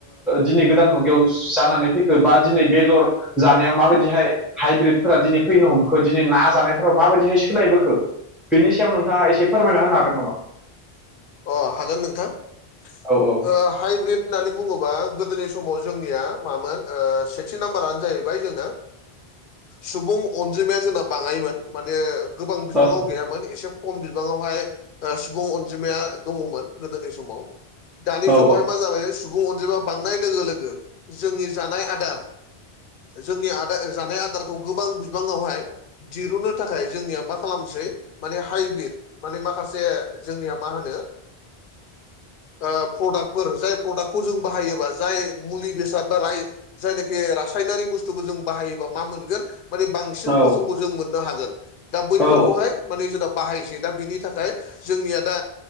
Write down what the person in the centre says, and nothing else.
दिनै गोदान मुगायाव जानानै फैखो बा दिनै बेदर जानायाव माबायदिहाय हाइब्रिदफोरा दिनै फैनो हमखो दिनै ना जानायफोराव माबायदिहाय सोलायबोखो बिनि सायाव नोंथाङा एसे फोरमायना होनो हागोन नामा
औ औ
औ
औ
औ
औ